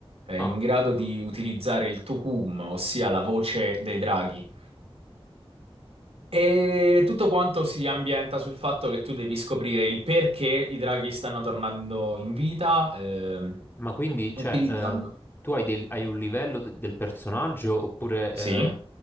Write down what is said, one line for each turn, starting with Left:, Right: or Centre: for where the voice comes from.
Right: eh,
Left: Ah,
Right: in grado di utilizzare il Tuhum, ossia la voce dei draghi. E tutto quanto si ambienta sul fatto che tu devi scoprire il perché i draghi stanno tornando in vita, ehm,
Left: ma quindi,
Right: utilizzando.
Left: cioè, eh, tu hai, del- hai un livello de- del personaggio oppure...
Right: Sì,
Left: eh,